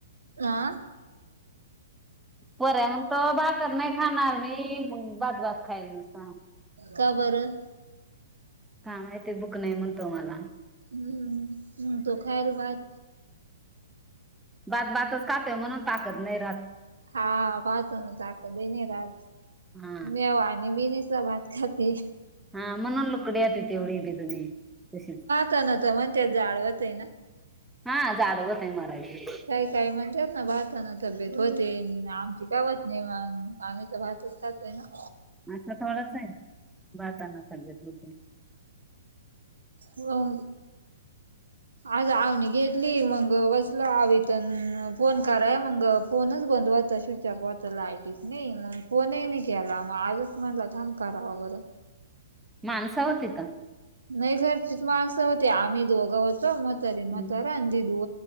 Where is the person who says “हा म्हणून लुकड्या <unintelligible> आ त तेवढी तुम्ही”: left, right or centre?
Centre